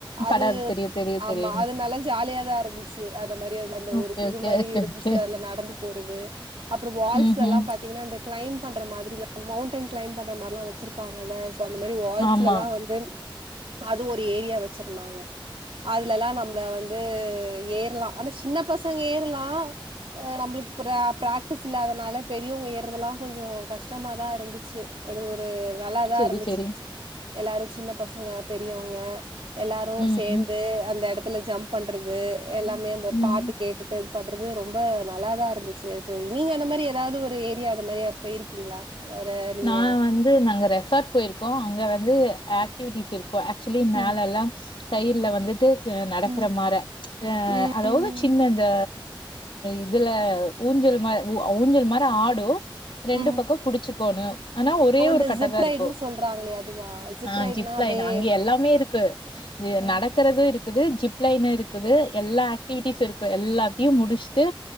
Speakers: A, on the right; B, on the left.
A: அது
B: பட தெரியு தெரியு
A: ஆமா
B: தெரியு
A: அதுனால ஜாலியாதா இருந்துச்சி அத மாரி அதுல அந்த
B: ஓகே
A: ஒரு இது
B: ஓகே
A: மாரி
B: ஓகே
A: இருந்துச்சி
B: ஓகே
A: அல நடந்து போறது அப்புறோ வால்ஸ்ல
B: ம்ஹ்ம்.
A: எல்லா பாத் த்திங்கன்னா இந்த கிளைம் பண்ற மாதிரி இந் மௌண்டைன் கிளைம் பண்ற மாரில்லா வச்சிருப்பாங்கல்ல சோ அந்த மாரி வால்ஸ்ல
B: ஆமா.
A: எல்லா வந்து அது ஒரு ஏரியா வச்சிருந்தாங்க அதலெல்லா நம்மள வந்து ஏறலா ஆனா சின்ன பசங்க ஏறலா ஆ நம்மளுக்கு பிரா பிராக்டிஸ் இல்லாதனால பெரியவங்க ஏறதெல்லா கொஞ்சோ கஷ்டமாதா இருந்துச் சி அது ஒரு நல்லாதா
B: சரி,
A: இருந்துச்சி
B: சரி.
A: எல்லாரு சின்ன பசங்க பெரியவங்க எல்லாரு
B: ம்,
A: சேந்து
B: ம்,
A: அந்த எடத்துல ஜம்ப் பண்றது எல்லாமே அந்த பாட்டு
B: ம்.
A: கேட்டுட்டு பண்றது ரொம்ப நல்லாதா இருந்துச்சி தோழி நீங்க அந்த மாரி ஏதாவது ஒரு ஏரியா அந்த மாரி அப் போயிருக்கீங்களா வேற நீங்க
B: நா வந்து நாங்க ரெசார்ட் போயிருக்கோ அங்க வந்து ஆக்டிவிட்டிஸ் இருக் கு ஆக்சுலி மேல
A: ம்
B: எல்லா கயிர்ல வந்துட்டு நடக்கற
A: ம்
B: மார அ
A: ம்
B: அதாவது
A: ம்
B: சின்ன அந்த இதுல ஊஞ்சல் மா உ ஊஞ்சல் மாரி ஆடு ரெண்டு
A: ம்
B: பக்க புடிச்சுக்கோணு ஆனா ஒரே
A: ஓ அந்த
B: ஒரு கட்ட
A: ஜிப்
B: தா
A: ரைடுன்னு
B: இருக்கு
A: சொல்றாங்களே அதுவா
B: ஆ
A: ரைடுனா
B: ஜிப்
A: அப்டியே
B: லைனு அங்க எல்லாமே இருக்கு து
A: ம்
B: நடக் குறது இருக்குது ஜிப் லைனு இருக்குது எல்லா ஆக்டிவிட்டிஸ் இருக்கு எல்லாத்தையு முடிச் ட்டு